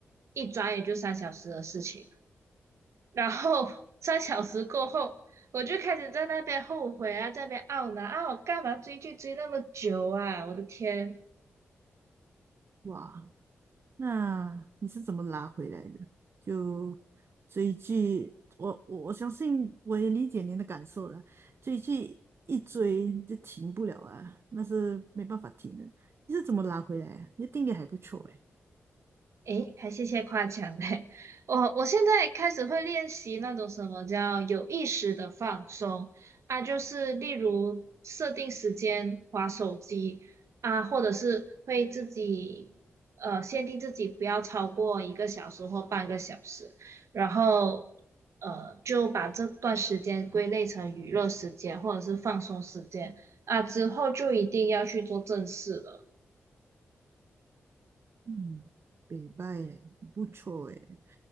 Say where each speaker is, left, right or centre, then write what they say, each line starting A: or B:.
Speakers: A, on the right; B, on the right.
A: 一转眼就三小时的事情，然后 <laughs> 三小时过后，我就开始在那边后悔啊，在那边懊恼啊，我干嘛追剧追那么久啊？我的天！
B: 哇，那你是怎么拉回来的？就追剧，我我我相信我也理解您的感受了。追剧一追就停不了啊，那是没办法停的。你是怎么拉回来啊？你的定力还不错诶。
A: 诶，还谢谢夸奖嘞！<laughs> 我我现在开始会练习那种什么叫有意识的放松啊，就是例如设定时间划手机啊，或者是会自己呃限定自己不要超过一个小时或半个小时，然后呃就把这段时间归类成娱乐时间或者是放松时间啊，之后就一定要去做正事了。
B: 嗯，北拜耶不错诶。